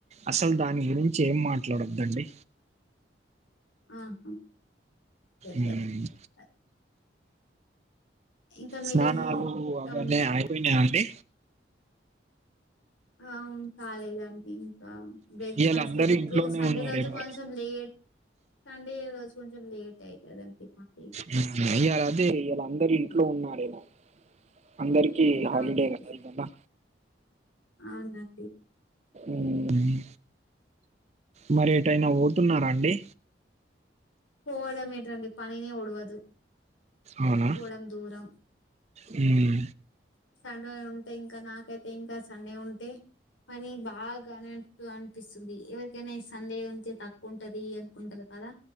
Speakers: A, on the right (about 35°); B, on the left (about 90°).
A: అసలు దాని గురించి ఏం మాట్లాడోద్దండి
B: ఆహా
A: ఉమ్,
B: ఇంకా మీది
A: స్నానాలు
B: హెల్
A: అవన్ని
B: అవును
A: అయిపోయినాయా అండి
B: అవును కాలేదండి ఇంకా బ్రేక్ఫాస్ట్
A: ఇవాళ అందరు
B: ఇప్పుడు
A: ఇంట్లోనే
B: సండే
A: ఉన్నారేమో
B: రోజు కొంచెం లేట్ సండే రోజుకొం చం లేటే అయితదండి మాది
A: మ్ హు ఇయ్యాల అదే ఇయ్యలా అందరు ఇంట్లో ఉన్నారేమొ అందరికి హాలిడే
B: అవునండి
A: కదా ఇవ్వల
B: అవునండి
A: మ్ మరి ఏటైనా పోతున్నారా అండి
B: పోవడమెంటండీ పనినే ఓడువదు
A: అవునా
B: పోడం దూరం
A: ఉమ్
B: సండే ఉంటే ఇంకా నాకైతే ఇంకా సండే ఉంటే పనీ బాగనన్ దు అనిపిస్తుంది ఎవరికైనా ఈ సండే ఉంటే తక్కువ ఉంటది అనుకుంటారు కదా